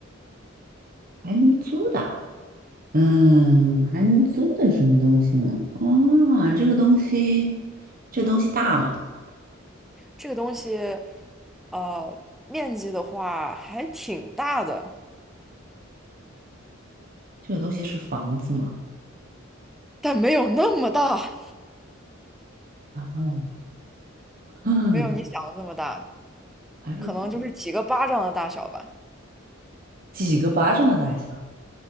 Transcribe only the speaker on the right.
还能租的啊嗯，还能租的什么东西呢？哦，这个东西，这东西大吗？
这个东西是房子吗？
哦，嗯，
还是
几个巴掌的大小？